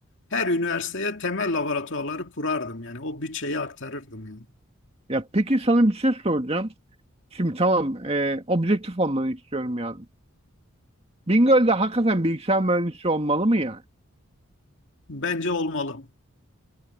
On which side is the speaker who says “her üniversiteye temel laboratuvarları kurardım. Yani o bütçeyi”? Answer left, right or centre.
Left